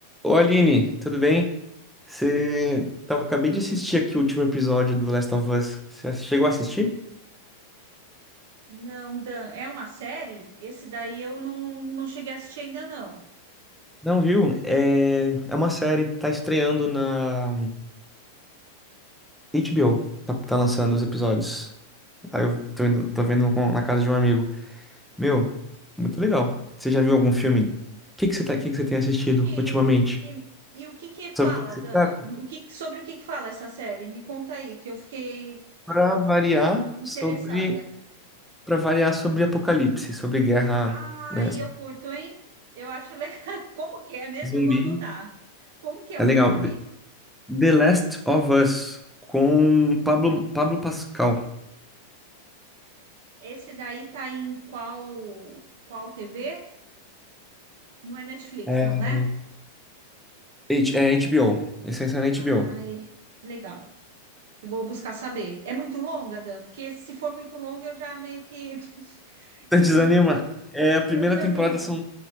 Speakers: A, in the centre; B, on the right.
A: Ô Aline, tudo bem? Você tava, acabei de assistir aqui o último episódio do Last of Us. Você ass- chegou a assistir?
B: Não, Dan, é uma série? Esse daí eu não, não cheguei a assistir ainda não. O
A: Não viu? É, é uma série, tá estreando na HBO, tá, tá lançando os episódios. Aí eu tô, indo- tô vendo com- na casa de um amigo. Meu, muito legal. Você já viu algum filme? O que que você tá, que que você tem assistido
B: que que-
A: ultimamente?
B: e, e o que que fala,
A: Sobre o que que se
B: Dan?
A: trata?
B: O que, sobre o que que fala essa série? Me conta aí, que eu fiquei,
A: Pra variar
B: fiquei interessada.
A: sobre, para variar sobre apocalipse, sobre guerra,
B: Ai,
A: né?
B: eu curto, hein? Eu acho legal. <laughs> Como que é mesmo?
A: Zumbi.
B: Eu vou anotar. Como que é
A: É
B: o
A: legal.
B: nome?
A: The Last of Us com Pablo, Pablo Pascal.
B: Esse daí tá em qual, qual TV? Não é Netflix,
A: É,
B: não, né?
A: H- é HBO. Esse aí saiu na HBO.
B: Ai, legal. Eu vou buscar saber. É muito longa, Dan? Porque se for muito longa, eu já meio que <laughs>
A: Tá
B: eu,
A: desanima. É, a primeira
B: eu desanimo.
A: temporada são